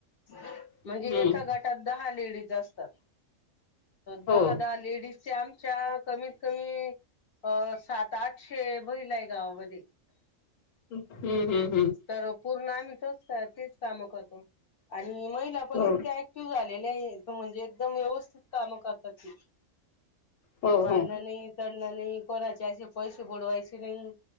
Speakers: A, on the left; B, on the left.
A: म्हणजे
B: हम्म
A: एका गट तर दहा लेडीज असतात दहा
B: हो
A: दहा लेडीजच्या आमच्या कमीत कमी अ सात आठशे महीला आहे गावामध्ये.
B: हम्म हम्.
A: तर पूर्ण आम्ही तोच तेच काम करतो आणि महिला पण
B: हो
A: इतक्या झालेला आहे तो म्हणजे एकदम व्यवस्थित कामं करतात ती
B: हो
A: भांडण
B: हो
A: नाही टंडन नाही कोणाचे असे पैसे बुडवायचे नाही.